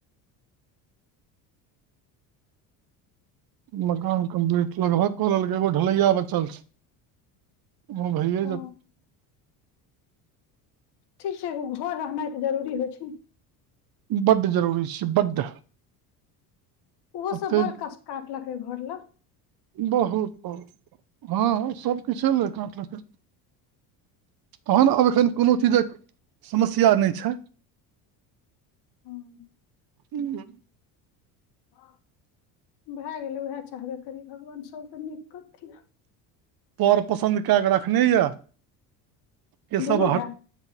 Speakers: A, on the left; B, on the right.
A: <unintelligible>
B: मकान कम्प्लीट लगभग कऽ लेलकै एगो ढलैया बचल छै घर भैए जेतय
A: ओ
B: <inaudible>
A: ठीक छै एगो घर रहनाइ तऽ जरूरी होइ छै न
B: जेतै बड्ड जरूरी छै बड्ड
A: ओहो
B: एते
A: सब बड़ कष्ट काटलकै घर लऽ
B: बहुत बहुत हँ सबकिछे लै काटलकै तहन आब एखन कोनो चीजक समस्या नहि छै
A: हँ
B: हूँ
A: हँ भए गेलै उएह चाहबे करी भगवान सबके नीक करथिन
B: प्यार पसन्द कए कऽ रखने ये के
A: दुनू
B: सब हट
A: भाय